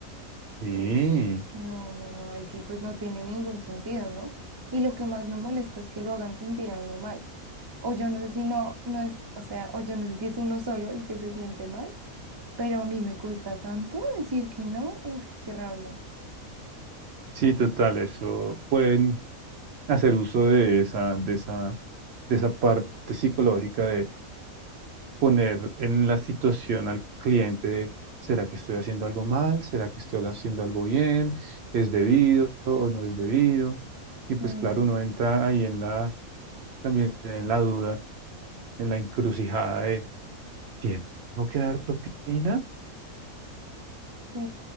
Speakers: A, on the right (about 65°); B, on the right (about 40°).
A: Sí,
B: Uf, no, no, no, ahí sí pues no tiene ningún sentido, ¿no? Y lo que más me molesta es que lo hagan sentir a uno mal. O yo no sé si no, no es, o sea, o yo no sé si es uno solo el que se siente mal, pero a mí me cuesta tanto decir que no, uf, qué rabia.
A: sí, total, eso pueden hacer uso de esa, de esa, de esa parte psicológica de poner en la situación al cliente de, ¿será que estoy haciendo algo mal? ¿Será que estoy haciendo algo bien? ¿Es debido o no es debido? Y pues
B: Mm,
A: claro, uno entra ahí en la, también en la duda, en la encrucijada de, ¿tiempo que dar propina?
B: sí.